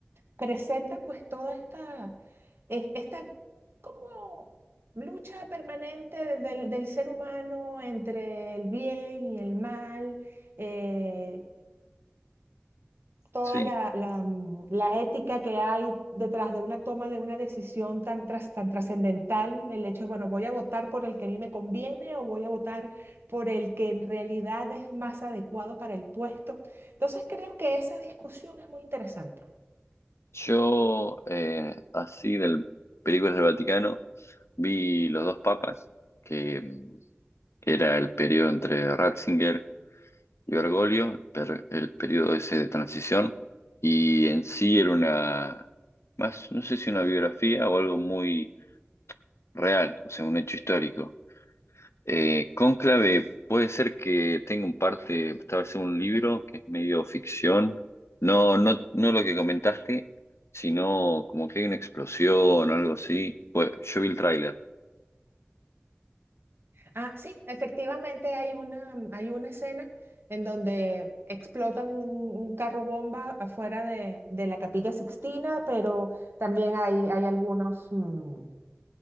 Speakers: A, on the right; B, on the left.
A: presenta pues toda esta, es- esta como lucha permanente del, del- del ser humano entre el bien y el mal, eh, toda
B: Sí.
A: la, la, mm, la ética que hay detrás de una toma de una decisión tan, tras- tan trascendental, el hecho de, bueno, voy a votar por el que a mí me conviene o voy a votar por el que en realidad es más adecuado para el puesto. Entonces creo que esa discusión es muy interesante.
B: Yo, eh, así del películas del Vaticano, vi Los dos papas, que, mm, que era el periodo entre Ratzinger y Bergoglio, per- el periodo ese de transición, y en sí era una, más, no sé si una biografía o algo muy real, o sea, un hecho histórico. Eh, Cónclave, puede ser que tenga un parte, estaba haciendo un libro que es medio ficción. No, no, no lo que comentaste, sino como que hay una explosión o algo así. Pues yo vi el tráiler.
A: Ah, sí, efectivamente hay una, mm, hay una escena en donde explotan un, un carro bomba afuera de, de la Capilla Sixtina, pero también hay, hay algunos, mm,